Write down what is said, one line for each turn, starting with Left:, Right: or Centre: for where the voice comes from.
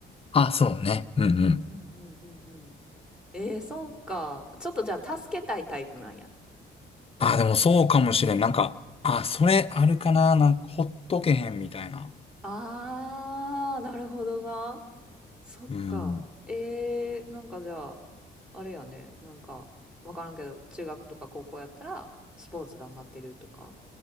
Left: あ、そうね。うんうん。
Centre: うんうんうんうん。えー、そうか。ちょっとじゃあ助けたいタイプなんや。
Left: あ、でもそうかもしれん。なんか、あ、それあるかな、なんか、ほっとけへん、みたいな。
Centre: ああ、なるほどな。そっか。
Left: うん。
Centre: えー、なんかじゃあ、あれやね、なんか、わからんけど、中学とか高校やったら、スポーツ頑張ってるとか、